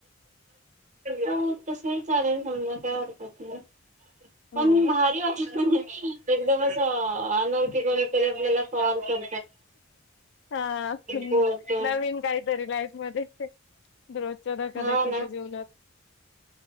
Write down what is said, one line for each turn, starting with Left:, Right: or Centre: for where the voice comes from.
Right: हो तसही चालेल समजा काय हरकत नाही. पण
Left: हो
Right: भारी वाटल. एकदमच अनौखी कोणीकरी आपल्याला कॉल कर
Left: हा
Right: बोलतो
Left: नवीन काहीतरी लाईफ मध्ये रोजच्या धक्का
Right: हा
Left: धक्की च्या जीवनात.